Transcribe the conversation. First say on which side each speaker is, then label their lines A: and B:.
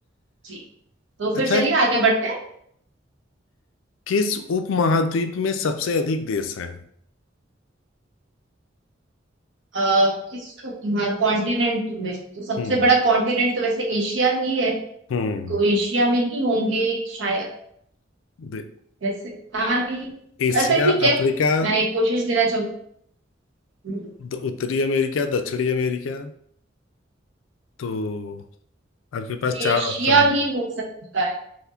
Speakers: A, on the right; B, on the left.
A: जी तो फिर
B: अच्छा
A: चलिए आगे बढ़ते हैं
B: किस उपमहाद्वीप में सबसे अधिक देश हैं
A: आ, किस कॉन्टिनेंट में तो सबसे
B: हम्म
A: बड़ा कॉन्टिनेंट तो वैसे एशिया ही है
B: हम्म
A: तो एशिया में ही होंगे शायद
B: दे-
A: वैसे हाँ नहीं
B: एशिया
A: अच्छा ठीक है
B: अफ्रीका
A: मैं एक कोशिश देना चाहूंगी
B: द- उत्तरी अमेरिका दक्षिणी अमेरिका तो आपके पास चार
A: एशिया
B: ऑप्शन है
A: ही हो सकता है